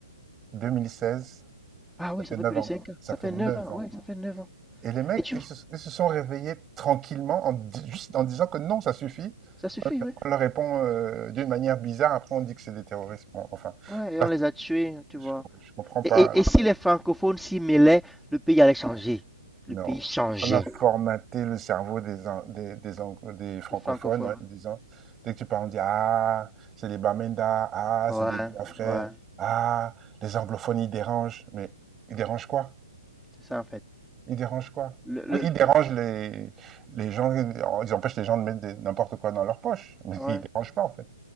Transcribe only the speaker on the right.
2016,
ça
fait 9
ans.
Ça
fait
9
ans.
Et les mecs,
ils
se, ils se sont réveillés tranquillement en, di- juste en disant que non, ça suffit.
On leur répond euh, d'une manière bizarre, après on dit que c'est des terroristes. Bon, enfin,
ça,
je,
com- je comprends pas.
Non.
On a formaté le cerveau des, an- des, des, ang- des francophones,
hein, en disant, dès que tu parles, on dit, ah, c'est les Bamenda, ah,
c'est des Biafrais,
ah, les anglophones, ils dérangent. Mais ils dérangent quoi?
Ils dérangent quoi?
Oui,
ils dérangent
les, les gens, ils empêchent les gens de mettre des- n'importe quoi dans leur poche, <laughs> mais
ils dérangent pas, en fait.